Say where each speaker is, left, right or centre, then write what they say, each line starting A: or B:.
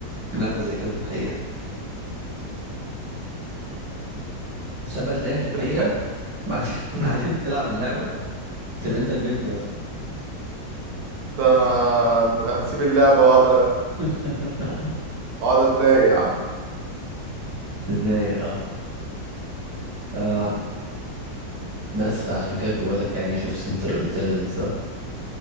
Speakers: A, on the right; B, on the right.
A: لعبه زي كده في الحقيقه سبت تلاقيها
B: <laughs>
A: في الحقيقه
B: في الحقيقة
A: بعد <laughs>
B: مم.
A: بعدين تلعب اللعبه تبقى انت البنت بس
B: ده انا هسيب اللعبة واقعد
A: <laughs>
B: اقعد اتضايق يا عم
A: تتضايق اه اه بس فعشان كده كنت بقول لك يعني شوف سنتر انتليجنس ده